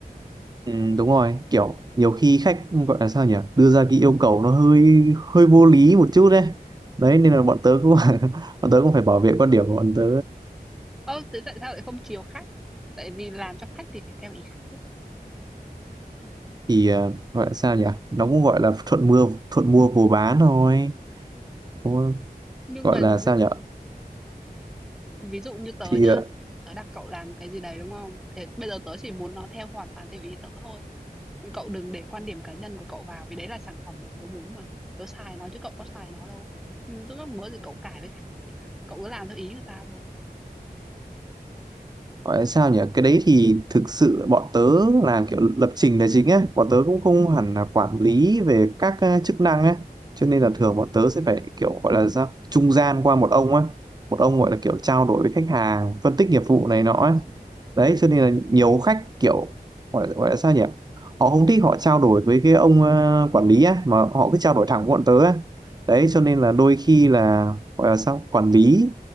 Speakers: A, on the right (about 25°); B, in the centre.
A: Ừ, đúng rồi kiểu nhiều khi khách gọi là sao nhỉ đưa ra cái yêu cầu nó hơi hơi vô lý một chút đấy đấy nên là bọn tớ cũng <laughs> bọn tớ cũng phải bảo vệ quan điểm của bọn tớ
B: Ơ, thế tại sao lại không chiều khách? Tại vì làm cho khách thì phải theo ý khách chứ.
A: thì ờ, gọi là sao nhỉ nó cũng gọi là thuận mưa thuận mua vừa bán thôi Đúng không?
B: Nhưng
A: gọi
B: mà
A: là sao
B: ví
A: nhỉ
B: dụ, ví dụ như tớ
A: thì
B: nhá,
A: ờ,
B: tớ đặt cậu làm một cái gì đấy đúng không? Thế bây giờ tớ chỉ muốn nó theo hoàn toàn theo ý tớ thôi Cậu đừng để quan điểm cá nhân của cậu vào, vì đấy là sản phẩm mà tớ muốn mà. Tớ xài nó chứ cậu có xài nó đâu. Ừm, lúc muốn thì cậu cải với khách, cậu cứ làm theo ý người ta thôi.
A: Gọi là sao nhỉ? Cái đấy thì thực sự bọn tớ làm kiểu lập trình là chính á, bọn tớ cũng không hẳn là quản lý về các ờ, chức năng á, cho nên là thường bọn tớ sẽ phải kiểu gọi là sao trung gian qua một ông á, một ông gọi là kiểu trao đổi với khách hàng, phân tích nghiệp vụ này nọ á. Đấy, cho nên là nhiều khách kiểu gọi là, gọi là sao nhỉ? Họ không thích họ trao đổi với cái ông ờ, quản lý á mà họ cứ trao đổi thẳng với bọn tớ á. Đấy, cho nên là đôi khi là gọi là sao? Quản lý